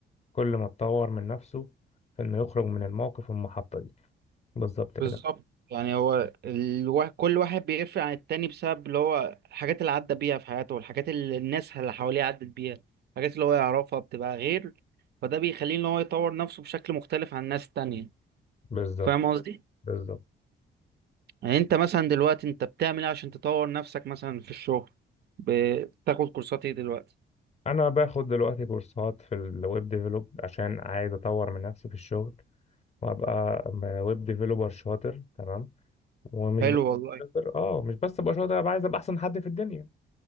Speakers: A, on the left (about 35°); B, on the right (about 55°).
A: كل ما اتطور من نفسه في انه يخرج من الموقف المحطة دي بالظبط كده
B: بالظبط يعني هو الوا... كل واحد بيفرق عن التاني بسبب اللي هو الحاجات اللي عدى بيها في حياته والحاجات اللي الناس اللي حواليه عدت بيها الحاجات اللي هو يعرفها بتبقى غير فده بيخليه ان هو يطور نفسه بشكل مختلف عن الناس التانية
A: بالظبط
B: فاهم قصدي؟
A: بالظبط
B: يعني انت مثلا دلوقتي انت بتعمل ايه عشان تطور نفسك مثلا في الشغل؟ بتاخد كورسات ايه دلوقتي؟
A: انا باخد دلوقتي كورسات في الويب ديفلوب عشان عايز اطور من نفسي في الشغل وابقى ويب ديفلوبر شاطر تمام ومش
B: حلو
A: بس
B: والله
A: شاطر اه مش بس ابقى شاطر ابقى عايز ابقى احسن حد في الدنيا